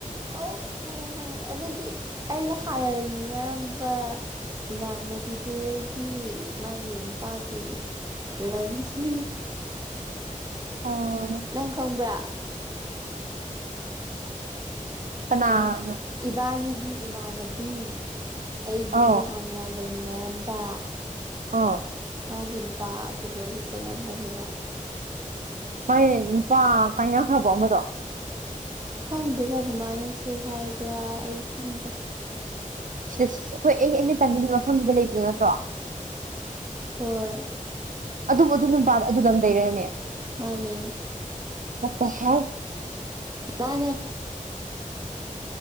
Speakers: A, on the right (about 30°); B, on the right (about 70°).
A: ꯑꯣ ꯈꯪꯉꯤ ꯈꯪꯉꯤ ꯑꯗꯨꯗꯤ ꯑꯩꯒ ꯍꯥꯟꯅ ꯂꯩꯃꯤꯟꯅꯔꯝꯕ ꯏꯃꯥꯟꯅꯕꯤꯗꯨꯒꯤ ꯃꯥꯒꯤ ꯅꯨꯄꯥꯒꯤ ꯂꯝꯗꯨꯅꯤ
B: ꯑꯥ
A: ꯅꯪ ꯈꯪꯕ꯭ꯔꯥ
B: ꯀꯅꯥꯅꯦ
A: ꯏꯕꯥꯅꯤꯒꯤ ꯏꯃꯥꯟꯅꯕꯤ ꯑꯩꯒꯤ
B: ꯑꯧ
A: ꯍꯥꯟꯅ ꯂꯩꯃꯤꯟꯅꯔꯝꯕ
B: ꯑꯥ
A: ꯃꯥꯒꯤ ꯅꯨꯄꯥ ꯑꯗꯨꯗꯒꯤ ꯀꯣꯏꯔꯝꯕꯅꯦꯕ
B: ꯃꯥꯏ ꯅꯨꯄꯥ ꯀꯥꯏꯅꯈ꯭ꯔꯕꯣ ꯑꯃꯗꯣ
A: ꯈꯪꯗꯦꯗ ꯑꯗꯨꯃꯥꯏꯅꯁꯨ ꯍꯥꯏꯕ꯭ꯔꯥ ꯑꯩ ꯈꯪꯗꯦ
B: ꯁꯤꯗ ꯑꯩꯈꯣꯏ ꯑꯩꯅ ꯑꯩꯅ ꯇꯝꯅꯤꯡꯉꯕ ꯃꯐꯝꯁꯤꯗ ꯂꯩꯕꯗꯣ ꯅꯠꯇ꯭ꯔꯣ
A: ꯍꯣꯏ
B: ꯑꯗꯨꯕꯨ ꯑꯗꯨꯝ ꯅꯨꯄꯥ ꯑꯗꯨ ꯂꯝ ꯂꯩꯔꯅꯦ
A: ꯃꯥꯅꯦ
B: ꯑꯠꯇ <unintelligible>
A: ꯃꯥꯅꯦ